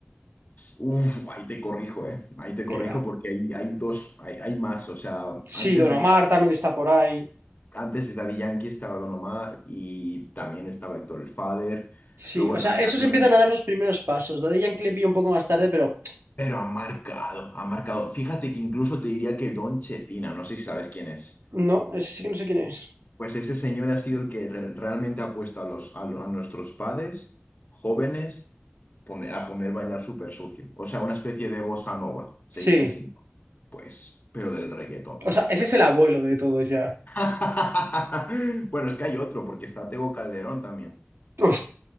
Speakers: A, on the left (about 40°); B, on the right (about 65°).
A: Uf, ahí te corrijo, ¿eh? Ahí te corrijo
B: Que va.
A: porque hay, hay dos, hay, hay más. O sea,
B: Sí,
A: antes
B: Don
A: de
B: Omar también está por ahí.
A: Antes de Daddy Yankee estaba Don Omar y también estaba Héctor el Father.
B: Sí,
A: Luego
B: o sea,
A: también
B: esos
A: había
B: empiezan
A: un...
B: a dar los primeros pasos. Daddy Yankee le pillo un poco más tarde, pero
A: Pero ha marcado, ha marcado. Fíjate que incluso te diría que Don Checina, no sé si sabes quién es.
B: no, ese sí que no sé quién es.
A: Pues ese señor ha sido el que re- realmente ha puesto a, los, a, lo- a nuestros padres jóvenes pone- a poner bailar súper sucio. O sea, una especie de bossa nova, se
B: Sí,
A: dice así. ¿no? Pues, pero del reggaetón.
B: o sea, ese es el abuelo de todos ya.
A: <laughs> Bueno, es que hay otro, porque está Tego Calderón también.
B: O